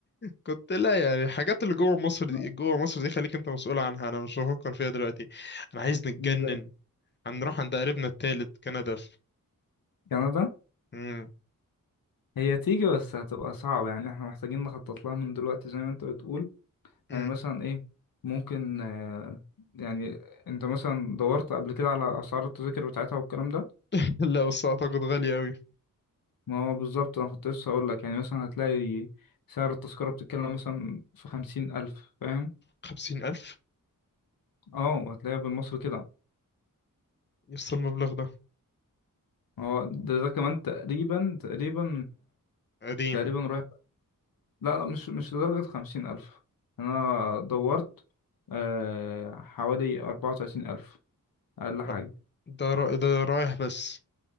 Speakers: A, on the left; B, on the left.
A: كنت لا يعني الحاجات اللي جوه مصر
B: لا،
A: دي جوه مصر دي خليك انت مسؤول عنها انا مش بفكر فيها دلوقتي انا عايز نتجنن
B: لا.
A: هنروح عند قريبنا التالت كندا في
B: كندا
A: مم.
B: هي تيجي بس هتبقى صعبة يعني احنا محتاجين نخطط لها من دلوقتي زي ما انت بتقول
A: مم.
B: يعني مثلا ايه ممكن آه، يعني انت مثلا دورت قبل كده على اسعار التذاكر بتاعتها والكلام ده
A: <laughs> لا بس اعتقد غالي قوي
B: ما هو بالظبط انا كنت لسه هقول لك يعني مثلا هتلاقي سعر التذكرة بتتكلم مثلا في خمسين ألف فاهم
A: خمسين الف
B: اه وهتلاقيها بالمصري كده
A: يوصل المبلغ ده
B: ما هو ده, ده كمان تقريبا تقريبا
A: قديم
B: تقريبا رايح لا لا مش مش لدرجة خمسين ألف أنا دورت آه حوالي أربعة وتلاتين ألف أقل حاجة
A: أ- ده را... ده رايح بس